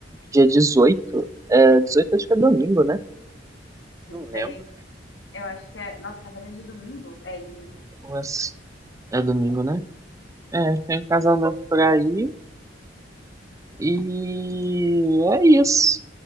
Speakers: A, on the right; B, on the left.
A: dia 18 é, 18 acho que é domingo, né?
B: Não
A: Não
B: sei.
A: lembro,
B: Eu acho que é. Nossa, casamento de domingo? É, domingo.
A: mas é domingo, né? É, tem um casamento pra ir e é isso.